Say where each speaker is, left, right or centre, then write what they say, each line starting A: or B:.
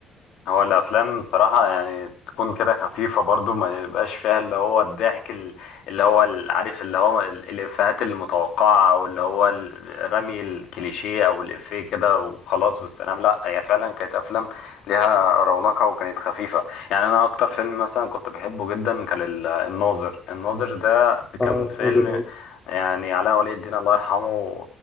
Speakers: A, on the left; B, on the left.
A: هو الافلام بصراحه يعني تكون كده خفيفه برضو ما يبقاش فيها اللي هو الضحك ال- اللي هو ال- عارف اللي هو ال- الافيهات المتوقعه او اللي هو ال- رمي الكليشيه او الافيه كده وخلاص والسلام لا هي فعلا كانت افلام ليها رونقها وكانت خفيفه يعني انا اكتر فيلم مثلا كنت بحبه جدا كان ال- الناظر الناظر ده
B: آه،
A: كان
B: الناظر
A: فيلم
B: برضه
A: يعني علاء ولي الدين الله يرحمه